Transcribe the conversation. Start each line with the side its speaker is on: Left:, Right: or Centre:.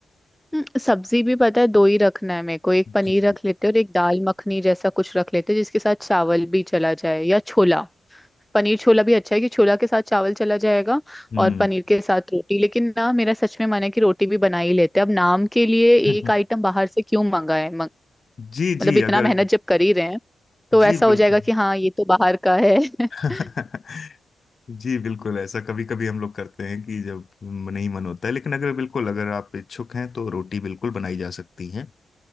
Centre: हम्म, सब्जी भी पता है दो ही रखना है मेरे को एक पनीर
Left: जी
Centre: रख लेते हैं और एक दाल मखनी जैसा कुछ रख लेते हैं जिसके साथ चावल भी चला जाए या छोला पनीर छोला भी अच्छा है कि छोला के साथ चावल चला जाएगा
Left: हम्म
Centre: और पनीर के साथ रोटी लेकिन ना मेरा सच में मन है कि रोटी भी बना ही लेते हैं अब नाम के लिए
Left: <laughs>
Centre: एक आइटम बाहर से क्यों मंगाए मंग,
Left: जी जी
Centre: मतलब इतना
Left: अगर
Centre: मेहनत जब कर ही रहे हैं तो
Left: जी
Centre: ऐसा
Left: बिल्कुल
Centre: हो जाएगा कि हाँ ये तो बाहर का है <laughs>
Left: <laughs> जी बिल्कुल ऐसा कभी कभी हम लोग करते हैं कि जब नहीं मन होता है लेकिन अगर बिल्कुल अगर आप इच्छुक हैं तो रोटी बिल्कुल बनाई जा सकती है